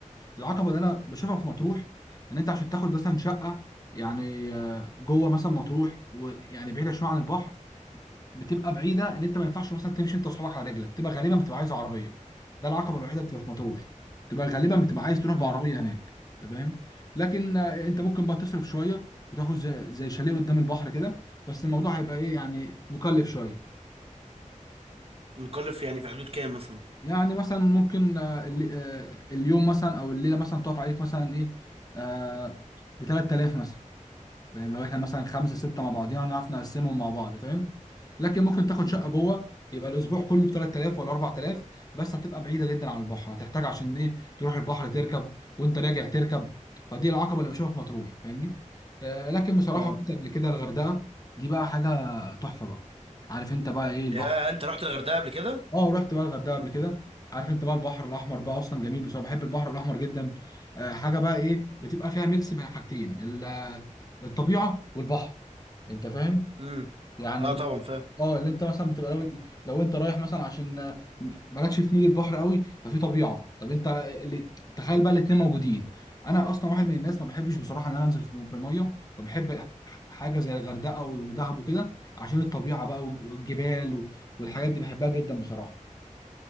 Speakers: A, on the left; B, on the right.
A: العقبه اللي انا بشوفها في مطروح ان انت عشان تاخد مثلا شقه يعني آه، جوه مثلا مطروح ويعني بعيده شويه عن البحر بتبقى بعيده ان انت ما ينفعش مثلا تمشي انت واصحابك على رجلك بتبقى غالبا بتبقى عايز عربيه ده العقبه الوحيده اللي بتبقى في مطروح بتبقى غالبا بتبقى عايز تروح بعربيه
B: امم
A: هناك أنت فاهم لكن آه، انت ممكن بقى تصرف شويه وتاخد زي, زي شاليه قدام البحر كده بس الموضوع هيبقى ايه يعني مكلف شويه
B: مكلف يعني في حدود كام مثلا؟
A: يعني مثلا ممكن آه، ال- آه، اليوم مثلا او الليله مثلا تقف عليك مثلا ايه آه ب 3000 مثلا فاهم لو احنا مثلا خمسه سته مع بعضينا هنعرف نقسمهم مع بعض فاهم لكن ممكن تاخد
B: امم
A: شقه جوه يبقى الاسبوع كله ب 3000 ولا 4000 بس هتبقى بعيده جدا عن البحر هتحتاج عشان ايه تروح البحر تركب وانت راجع تركب فدي العقبه اللي بشوفها في مطروح فاهمني آه لكن بصراحه
B: أه
A: رحت قبل كده الغردقه دي بقى حاجه تحفه بقى عارف انت بقى ايه البحر
B: يا أنت رحت الغردقة قبل كده؟
A: اه رحت بقى الغردقه قبل كده عارف انت بقى البحر الاحمر بقى اصلا جميل بصراحه بحب البحر الاحمر جدا آه حاجه بقى ايه بتبقى فيها ميكس بين حاجتين ال- الطبيعه والبحر انت فاهم
B: امم
A: يعني
B: أه طبعا فاهم
A: اه اللي انت مثلا بتبقى لو, لو انت رايح مثلا عشان آه، مالكش في مود البحر قوي ففي طبيعه طب انت اللي تخيل بقى الاتنين موجودين انا اصلا واحد من الناس ما بحبش بصراحه ان انا انزل في في الميه فبحب حاجه زي الغردقه ودهب وكده عشان الطبيعه بقى والجبال والحاجات دي بحبها جدا بصراحه